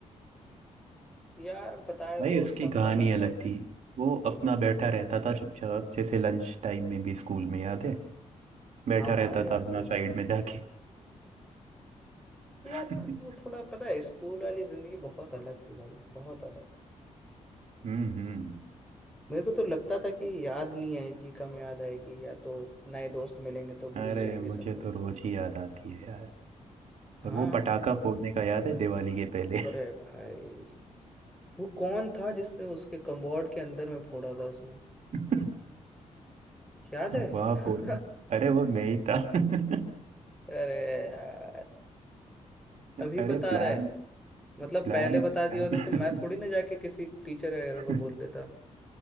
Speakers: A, in the centre; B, on the right (about 65°).
A: यार बताया
B: भाई
A: तो
B: उसकी
A: सब
B: कहानी
A: पता नहीं
B: अलग
A: अब
B: थी वो
A: हम्म,
B: अपना बैठा रहता था चुपचाप जैसे लंच टाइम में भी स्कूल में याद है बैठा
A: हाँ
B: रहता
A: हाँ याद
B: था अपना
A: क्यों नहीं
B: साइड
A: है
B: में जाके
A: <laughs> यार
B: <laughs> हम्म
A: वो थोड़ा पता है स्कूल वाली जिंदगी बहुत अलग थी भाई बहुत अलग
B: हम्म
A: मेरे को तो लगता था कि याद नहीं आएगी कम याद आएगी या तो नए दोस्त मिलेंगे तो
B: अरे
A: भूल जाएंगे
B: मुझे
A: सब लोग
B: तो रोज
A: को
B: ही याद आती है यार
A: हाँ
B: और वो पटाखा फोड़ने का याद है दिवाली के पहले
A: अरे भाई वो कौन था जिसने उसके कम्बोर्ड के अंदर में फोड़ा था उसने
B: <laughs>
A: याद है
B: वहां फोड़ने
A: <laughs>
B: अरे वो मैं ही था <laughs>
A: अरे यार अभी
B: अरे
A: बता
B: प्लान
A: रहा है मतलब
B: प्लान
A: पहले बता दिया
B: प्लान
A: होता तो मैं थोड़ी ना जाके किसी टीचर वगैरह को
B: <laughs>
A: बोल देता